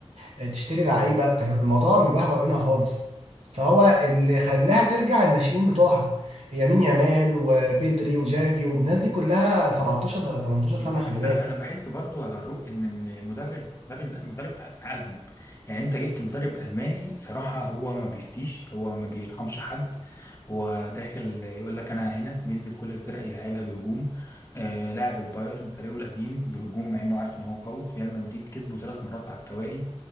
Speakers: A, on the right; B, on the left.
A: آه، تشتري لعيبه كان الموضوع مبهوأ منها خالص فهو اللي خلاها ترجع الناشئين بتوعها يمين يامال وبيدري وجافي والناس دي كلها 17 18
B: بس
A: سنه خلي بالك
B: انا انا بحس برضو على الرو ان المدرب مدرب لا مدرب نقلهم يعني انت جبت مدرب الماني صراحه هو ما بيفتيش هو ما بيرحمش حد هو داخل يقول لك انا هنا بينزل كل الفرق يلعبها بهجوم آه لاعب البايرن فريقه القديم بهجوم مع انه عارف ان هو قوي ريال مدريد كسبه ثلاث مرات على التوالي